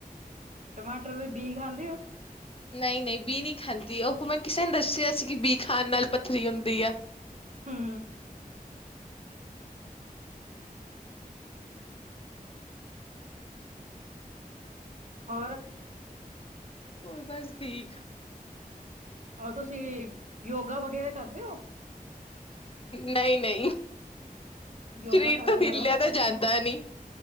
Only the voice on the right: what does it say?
ਟਮਾਟਰ ਦੇ ਬੀ ਖਾਂਦੇ ਓ?
ਹੂੰ ਹੋਰ
ਓ ਤੁਸੀਂ ਯੋਗਾ ਵਗੈਰਾ ਕਰਦੇ ਓ।
ਯੋਗਾ
ਕਰਾ
ਕਰੋ